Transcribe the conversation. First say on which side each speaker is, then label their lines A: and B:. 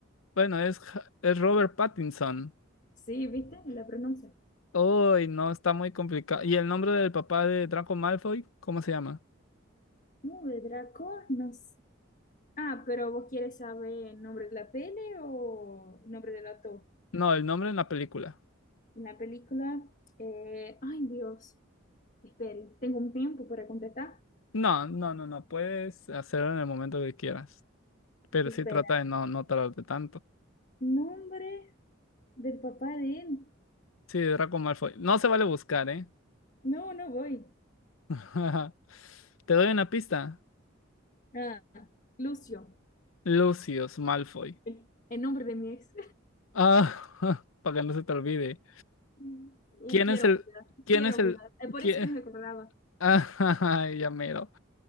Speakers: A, on the left; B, on the left.
A: Bueno, es, Ja- es Robert Pattinson.
B: Sí, ¿viste? La pronuncia.
A: Uy, no, está muy complicado. ¿Y el nombre del papá de Draco Malfoy? ¿Cómo se llama?
B: Uh, de Draco, no sé. Ah, pero vos quieres saber el nombre de la peli o el nombre del actor.
A: No, el nombre en la película.
B: En la película, eh, ay Dios, espere, tengo un tiempo para contestar.
A: No, no, no, no. Puedes hacerlo en el momento que quieras. Pero
B: Espera,
A: sí trata de no, no tardarte tanto.
B: nombre del papá de él.
A: Sí, Draco Malfoy. No se vale buscar, ¿eh?
B: No, no voy.
A: <laughs> Te doy una pista.
B: Ah, Lucio,
A: Lucius Malfoy.
B: el el nombre de mi ex.
A: Ah, <laughs> para que no se te olvide.
B: <laughs> Uh,
A: ¿Quién
B: quiero
A: es el...
B: olvidar,
A: ¿Quién
B: quiero
A: es
B: olvidar.
A: el...
B: Es por
A: ¿Quién...
B: eso que no recordaba.
A: <laughs> Ah, ya mero.